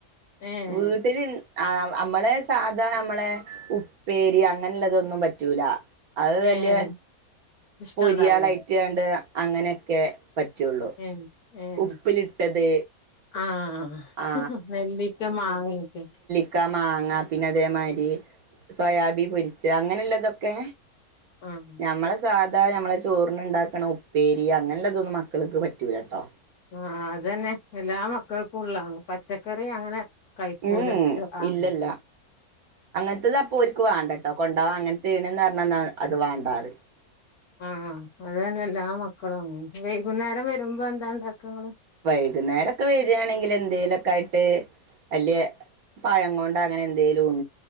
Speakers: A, on the left; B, on the right.
A: ഏഹ്
B: വീട്ടിൽ ആ നമ്മളെ സാധാരണ നമ്മളെ ഉ ഉപ്പേരി അങ്ങനെ ഉള്ളതൊന്നും പറ്റൂല അത് വലിയ
A: ഏഹ് ഇഷ്ടണ്ടാവൂല
B: പൊരിയാളായിറ്റാണ്ട് അങ്ങനെയൊക്കെ പറ്റുള്ളൂ
A: ഏഹ് ഏഹ്
B: ഉപ്പിലിട്ടത്
A: ആഹ്
B: ആ
A: നെല്ലിക്ക, മാങ്ങ ഒക്കെ
B: ക്ക മാങ്ങ പിന്നെ അതേമാതിരി സോയാബീൻ പൊരിച്ച് അങ്ങനെ ഉള്ളതൊക്കെ
A: ആഹ്
B: നമ്മളെ സാധാ നമ്മളെ ചോറിന് ഉണ്ടാക്കണ ഉപ്പേരി അങ്ങനള്ളതൊന്നും മക്കൾക്ക് പറ്റൂല കേട്ടോ
A: ആഹ് അതന്നെ എല്ലാ മക്കൾക്കും ഉള്ളതാണ് പച്ചക്കറി അങ്ങനെ കഴിക്കൂല
B: ഉം ഉം
A: ഒറ്റ ആഹ്
B: ഇല്ലല്ല അങ്ങൻത്തത് അപ്പോ ഒരിക്ക് വേണ്ട കേട്ടോ കൊണ്ടാവാ അങ്ങനത്തെയാണന്ന് പറഞ്ഞാ അത് വേണ്ടാന്ന് പറയും
A: ആഹ് അത് തന്നെ എല്ലാ മക്കളും അങ്ങനെ വൈകുന്നേരം വരുമ്പോ എന്താ ഇണ്ടാക്ക നിങ്ങള്
B: വൈകുന്നേരം ഒക്കെ വരുകയാണെങ്കിൽ എന്തെങ്കിലൊക്കെ ആയി വല്യ പഴം കൊണ്ട് അങ്ങനെ എന്തേലും